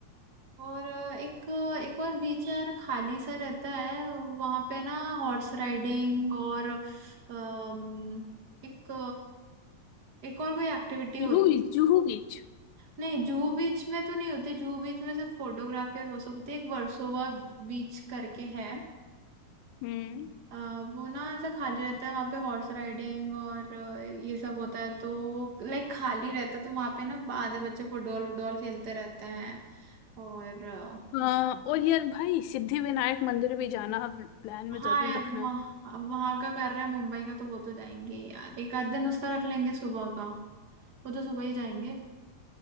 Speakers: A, on the right; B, on the left.
A: और अ, एक एक और बीच है यार खाली सा रहता है वहां पे ना हॉर्स राइडिंग और अम, एक एक और कोई एक्टिविटी हो
B: जुहू बीच जुहू बीच
A: नहीं जूहू बीच में तो नहीं होती जूहू बीच में सिर्फ फोटोग्राफी और वो सब होती है एक वर्सोवा बीच करके है
B: हम्म
A: अ, वो ना ऐसा खाली रहता है वहाँ पे हॉर्स राइडिंग और अ, ये सब होता है तो लाइक खाली रहता है तो वहाँ पे ना आधे बच्चे फुटबॉल वुटबॉल खेलते रहते हैं और अ,
B: हाँ और यार भाई सिद्धि विनायक मंदिर भी जाना आप प्लान में
A: हाँ
B: जरूर
A: यार
B: रखना
A: वहाँ वहाँ का कर रहे हैं मुंबई का तो वो तो जाएंगे यार एक आध दिन उसका रख लेंगे सुबह का वो तो सुबह ही जाएंगे